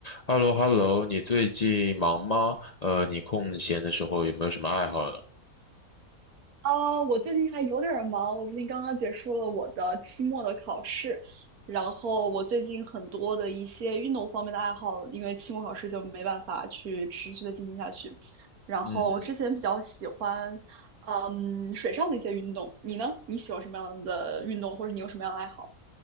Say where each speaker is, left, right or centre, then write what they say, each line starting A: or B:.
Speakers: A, on the left; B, on the right.
A: h e l l o h e l l o 你最近忙吗？呃，你空闲的时候有没有什么爱好呀？
B: 啊，我最近还有点儿忙，我最近刚刚结束了我的期末的考试，然后我最近很多的一些运动方面的爱好，因为期末考试就没办法去持续的进行下去。然后我之前比较喜欢，
A: 嗯哼，
B: 嗯，水上的一些运动。你呢？你喜欢什么样的运动，或者你有什么样的爱好